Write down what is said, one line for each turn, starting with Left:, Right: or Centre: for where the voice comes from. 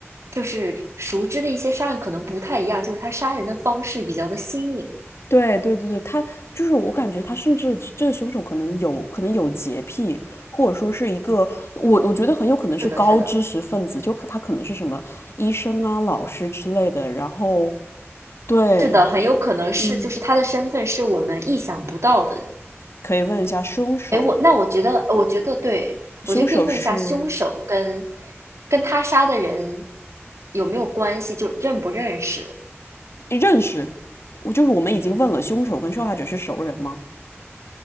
Right: 就是熟知的一些杀案可能不太一样，就是他杀人的方式比较的新颖。
Left: 对对对对，他就是我感觉他甚至这个凶手可能有可能有洁癖，或者说是一个我我觉得很有可能是高知识分子，
Right: 是的，是的，
Left: 就他可能是什么医生啊、老师之类的。然后对，
Right: 是的，很有可能是就是他的身份是我们意想不到的，
Left: 嗯，可以问一下凶手，
Right: 哎，我那我觉得，我觉得对，
Left: 凶手是
Right: 我觉得可以问一下凶手跟跟他杀的人有没有关系，就认不认识？
Left: 认识，我就是我们已经问了凶手跟受害者是熟人吗？